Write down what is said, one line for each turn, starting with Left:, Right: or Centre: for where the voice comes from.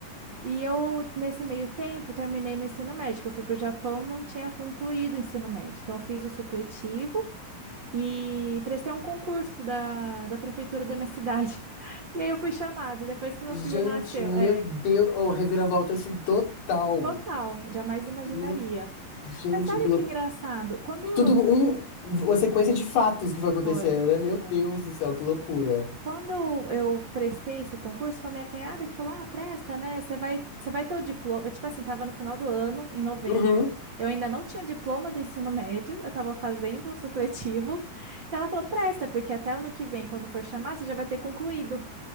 Right: E eu, nesse meio tempo, terminei meu ensino médio, que eu fui para o Japão, não tinha concluído o ensino médio. Então, eu fiz o supletivo e prestei um concurso da, da prefeitura da minha cidade. <laughs> E aí eu fui chamada, depois que meu
Left: Gente,
Right: filho nasceu.
Left: meu
Right: É,
Left: Deus, oh, reviravolta assim total.
Right: total, jamais imaginaria.
Left: Meu, gente,
Right: Mas olha
Left: que loucura.
Right: que engraçado, quando
Left: E tudo
Right: eu...
Left: um, uma sequência de fatos que foi
Right: Foi,
Left: acontecendo, né? Meu
Right: foi.
Left: Deus do céu, que loucura.
Right: Quando eu prestei esse concurso, foi minha cunhada que falou: Ah, presta, né? Você vai, você vai ter o diploma. Tipo assim, tava no final do ano, em novembro.
Left: Uhum.
Right: Eu ainda não tinha o diploma do ensino médio, eu tava fazendo o supletivo. E ela falou: Presta, porque até ano que vem, quando for chamar, você já vai ter concluído.